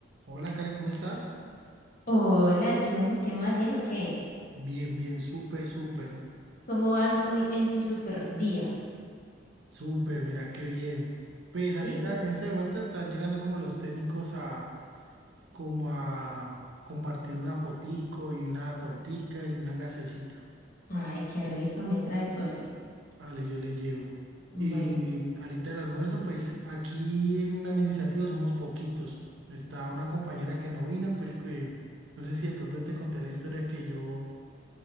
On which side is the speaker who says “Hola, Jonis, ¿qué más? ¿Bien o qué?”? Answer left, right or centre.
Left